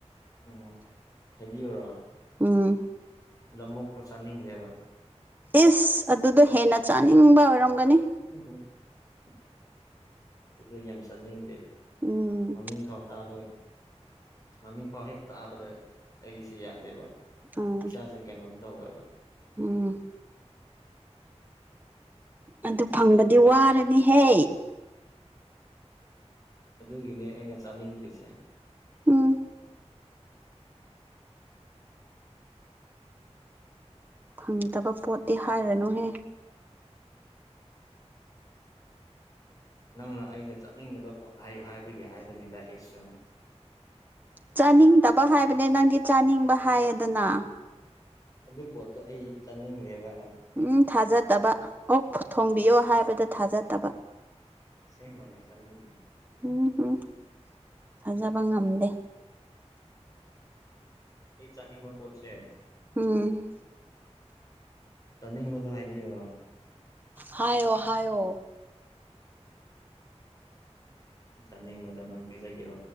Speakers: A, on the left; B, on the right.
A: ꯎꯝ ꯍꯥꯏꯕꯤꯌꯨꯔꯣ
B: ꯎꯝ
A: ꯂꯝꯃꯣꯛꯇꯣ ꯆꯥꯅꯤꯡꯗꯦꯕ
B: ꯏꯁ ꯑꯗꯨꯗꯣ ꯍꯦꯟꯅ ꯆꯥꯅꯤꯡꯕ ꯑꯣꯏꯔꯝꯒꯅꯤ
A: <unintelligible> ꯑꯗꯨ ꯌꯥꯝ ꯆꯠꯅꯤꯡꯗꯦ
B: ꯎꯝ
A: ꯃꯃꯤꯡ ꯐꯥꯎ ꯇꯥꯕꯣꯏ ꯃꯃꯤꯡ ꯐꯥꯎ ꯍꯦꯛ ꯇꯥꯕꯗ ꯑꯩꯁꯦ ꯌꯥꯗꯦꯕ
B: ꯑꯥ
A: ꯏꯁꯥꯁꯦ ꯀꯩꯅꯣꯝ ꯇꯧꯋꯦꯕ
B: ꯎꯝ ꯑꯗꯨ ꯐꯪꯕꯗꯤ ꯋꯥꯔꯅꯤꯍꯦ
A: ꯑꯗꯨꯒꯤꯅꯦ ꯑꯩꯅ ꯆꯥꯅꯤꯡꯗ꯭ꯔꯤꯁꯦ
B: ꯎꯝ ꯐꯪꯗꯕ ꯄꯣꯠꯇꯤ ꯍꯥꯏꯔꯅꯨꯍꯦ
A: ꯅꯪꯅ ꯑꯩꯅ ꯆꯠꯅꯤꯡꯗꯕ ꯄꯣꯠ ꯍꯥꯏꯌꯨ ꯍꯥꯏꯕꯒꯤ ꯍꯥꯏꯕꯅꯤꯗ ꯑꯩꯁꯨ
B: ꯆꯥꯅꯤꯡꯗꯕ ꯍꯥꯏꯕꯅꯦ ꯅꯪꯒꯤ ꯆꯥꯅꯤꯡꯕ ꯍꯥꯏꯌꯦꯗꯅ
A: ꯑꯗꯨ ꯄꯣꯠꯇꯣ ꯑꯩ ꯆꯠꯅꯤꯡꯗꯦꯕ
B: ꯎꯝ ꯊꯥꯖꯗꯕ ꯑꯣ ꯊꯣꯡꯕꯤꯌꯣ ꯍꯥꯏꯕꯗ ꯊꯥꯖꯗꯕ
A: ꯑꯁꯦꯡꯕꯅꯦ ꯆꯥꯅꯤꯡꯉꯤ
B: ꯎꯝ ꯍꯝ ꯊꯥꯖꯕ ꯉꯝꯗꯦ
A: ꯑꯩ ꯆꯥꯅꯤꯡꯕ ꯄꯣꯠꯁꯦ
B: ꯎꯝ
A: ꯆꯥꯅꯤꯡꯕꯗꯨ ꯍꯥꯏꯕꯤꯌꯨꯔꯣ
B: ꯍꯥꯏꯌꯣ ꯍꯥꯏꯌꯣ
A: ꯑꯩ ꯆꯥꯅꯤꯡꯕꯗꯣ ꯅꯪ ꯄꯤꯖꯒꯤꯔꯣ